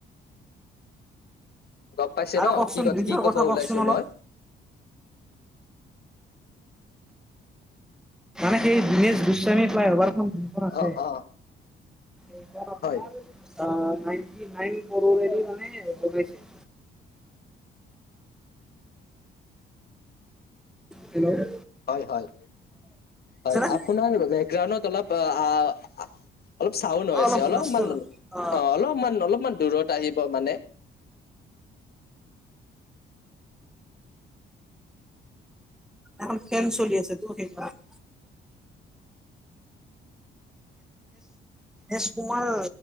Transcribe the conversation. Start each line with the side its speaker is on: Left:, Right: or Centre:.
Left: গম পাইছে
Centre: আৰু
Left: ন
Centre: কওকচোন
Left: কি
Centre: ব্ৰিজৰ
Left: কি কব
Centre: কথা
Left: ওলাইছোঁ
Centre: কওকচোন অলপ।
Left: মই।
Centre: মানে সেই দীনেশ গোস্বামী ফ্লাই অভাৰখন- সেইখন আছে
Left: অ অ
Centre: এইখন আপোনাৰ
Left: হয়
Centre: অ' নাইটি নাইন কৰৰে দি মানে বনাইছে হেল্লে-
Left: হয় হয় হয়
Centre: অ
Left: আপোনাৰ আপোনাৰ বাবে গ্ৰাউণ্ডত অলপ- অলপ চাউণ্ড হৈছে
Centre: অলপ হুলস্থুল
Left: অলপমান,
Centre: অ
Left: অঁ অলপমান অলপমান দূৰত আহিব মানে-
Centre: এ ফেন চলি আছে তোৰ সেইকাৰণে। এচ কুমাৰ